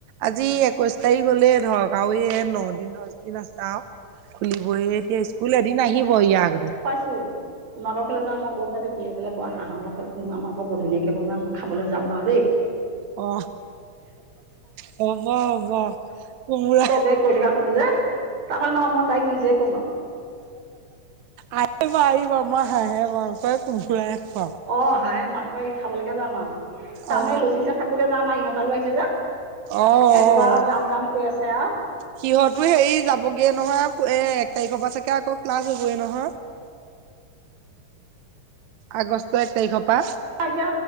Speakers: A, on the right; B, on the right.
A: আজি একৈশ তাৰিখ হলে ধৰক আৰু এই ন দিন দচ দিন আছে আও খুলিহে এতিয়া স্কুল এদিন আহিব ইয়াৰ আগতে
B: তোমালোকৰ ঘৰলে যাও মই গম পাইছো তুমি বোলে বৰ হাঁহৰ লগত কুমুৰা মাংস বৰ ধুনীয়াকে বনোৱা মই খাবলৈ যাম বাৰু দেই
A: অ হ'ব হ'ব কোমোৰা
B: চবে কৈ থকা শুনো যে তাৰপাল নহয় মই তাইক নিজে কমা আও
A: আহিবা আহিবা মই হাঁহে মাংস কোমোৰাই খুৱাম
B: অ হাঁহে মাংস খাবলৈকে যাম আৰু তাৰমানে
A: অ
B: লচীতে থাকোতে যাম আৰু ইহঁত হালো আহিছে যে ইহঁতি
A: অ অ
B: আও যাম যাম কৈ আছে আও
A: সিহঁতো হেৰি যাবগে নহয় এ এক তাৰিখৰ পৰা চাগে আকৌ ক্লাছ হবয়ে নহয় আগষ্টৰ এক তাৰিখৰ পৰা
B: এতিয়া